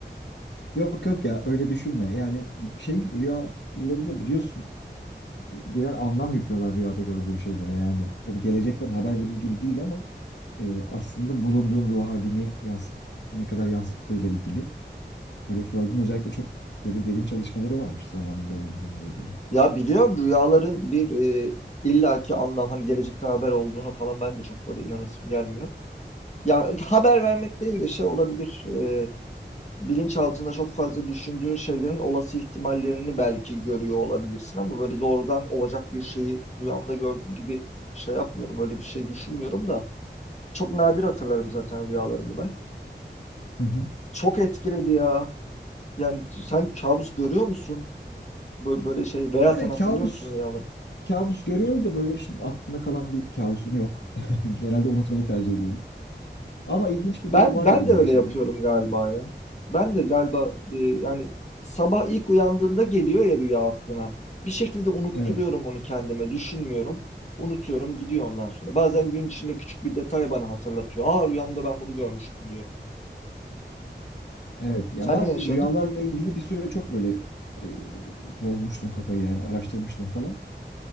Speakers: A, on the left; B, on the left.
A: Yok yok ya öyle düşünme. Yani şey rüyaları da biliyorsun birer anlam yüklüyorlar rüyada gördüğün şeylere. Yani tabii gelecekten haber verir gibi değil ama e, aslında bulunduğun ruh halini yansıt, ne kadar yansıttığıyla ilgili. Böyle Freud'un özellikle çok böyle derin çalışmaları varmış zamanında yani bununla ilgili.
B: Ya biliyorum rüyaların bir e, illaki anlam hani gelecekten haber olduğunu falan ben de çok böyle inanasım gelmiyor. Ya haber vermek değil de şey olabilir. E, bilinç altında çok fazla düşündüğün şeylerin olası ihtimallerini belki görüyor olabilirsin ama böyle doğrudan olacak bir şeyi rüyamda gördüğüm gibi şey yapmıyorum. Öyle bir şey düşünmüyorum da çok nadir hatırlarım zaten rüyalarımı ben.
A: Hı hı.
B: Çok etkiledi ya. Yani sen kabus görüyor musun? Bö- Böyle şey veya
A: Yani
B: sen hatırlıyor
A: kabus
B: musun rüyaları?
A: kabus görüyorum da böyle şimdi aklımda kalan bir kabusum yok. <laughs> Genelde unutmayı tercih ediyorum. Ama ilginç bir
B: Ben
A: durum var
B: ben
A: benim
B: de
A: de
B: öyle
A: yaşadığım.
B: yapıyorum galiba ya. Ben de galiba e, yani sabah ilk uyandığında geliyor ya rüya aklına. Bir şekilde unutturuyorum
A: Evet,
B: onu kendime, düşünmüyorum. Unutuyorum, gidiyor ondan sonra. Bazen gün içinde küçük bir detay bana hatırlatıyor. Aa rüyamda ben bunu görmüştüm diyorum.
A: evet. Ya
B: Sen
A: ben
B: ne yaşadın?
A: rüyalarla ilgili bir süre çok böyle e, bozmuştum kafayı yani araştırmıştım falan.